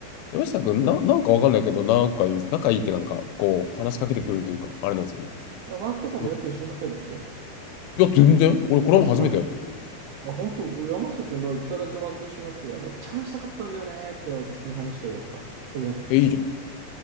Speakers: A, on the left; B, on the right.
A: 山下くん、な、なんかわかんないけど、なんかいい、仲いいってなんか、こう、話しかけてくれるというか、あれなんですよね。
B: ワークとかもよく一緒になってるんでしょ
A: いや、いや全然俺、これも初めてやった。
B: あ、そうなのあ、本当俺山下くんだ、一回だけワーク一緒になって、いや、めっちゃ話したかったんだよねって言われて普通に話して終わった。それだけ。
A: え、いいじゃん。